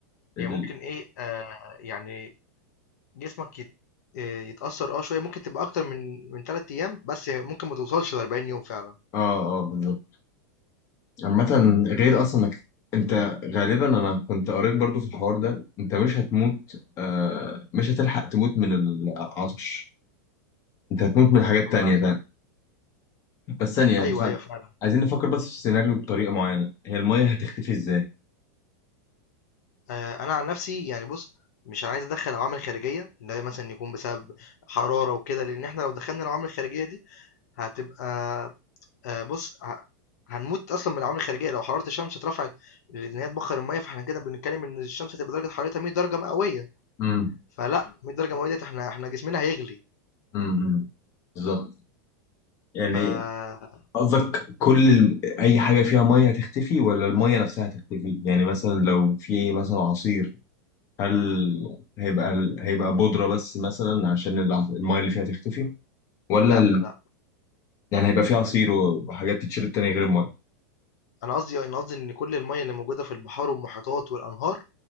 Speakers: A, on the left; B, on the left.
A: ال...
B: هي ممكن إيه، آآ يعني جسمك يت آآ يتأثّر آه شوية، ممكن تبقى أكتر من من 3 أيام، بس ممكن ما توصلش ل40 يوم فعلًا.
A: اه اه بالظبط عامة غير اصلا انك انت غالبا انا كنت قريت برضو في الحوار ده انت مش هتموت آه... مش هتلحق تموت من العطش انت هتموت من حاجات
B: أما
A: تانية
B: العكس-
A: بس ثانية يعني
B: أيوه،
A: خ-
B: أيوه فعلًا.
A: عايزين نفكر بس في السيناريو بطريقة معينة هي المية هتختفي ازاي؟
B: آآ أنا عن نفسي يعني بُص، مش عايز أدخّل عوامل خارجية، اللي هي مثلًا يكون بسبب حرارة وكده، لإن إحنا لو دخّلنا العوامل الخارجية دي هتبقى آآ بُص، ه هنموت أصلًا من العوامل الخارجية، لو حرارة الشمس اترفعت لإن هي تبخّر المَيّة، فإحنا كده بنتكلم إن الشمس هتبقى درجة حرارتها 100 درجة مئوية،
A: امم
B: فلأ، 100 درجة مئوية ديّة إحنا إحنا جسمنا هيغلي،
A: امم بالظبط يعني
B: فلأ،
A: قصدك كل ال... أي حاجة فيها مية هتختفي ولا المية نفسها هتختفي؟ يعني مثلا لو في مثلا عصير هل هيبقى ال- هيبقى بودرة بس مثلا عشان الع- المية اللي فيها تختفي؟ ولا
B: لأ،
A: ال...
B: لا،
A: يعني هيبقى في عصير و- وحاجات تتشرب تانية غير المية؟
B: أنا قصدي أنا قصدي إن كل المَيّة اللي موجودة في البحار والمحيطات والأنهار